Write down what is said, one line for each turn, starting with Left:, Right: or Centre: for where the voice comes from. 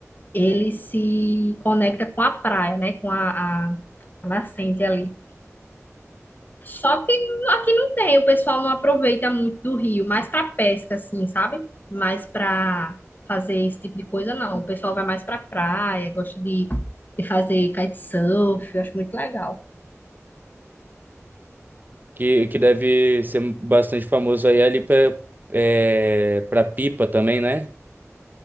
Left: ele se conecta com a praia, né? Com a, a a nascente ali. Só que aqui não tem, o pessoal não aproveita muito do rio, mais para pesca, assim, sabe? Mais para fazer esse tipo de coisa, não. O pessoal vai mais para praia, gosta de, de fazer kitesurf, eu acho muito legal.
Right: que, que deve ser bastante famoso aí ali pra, é, pra Pipa também, né?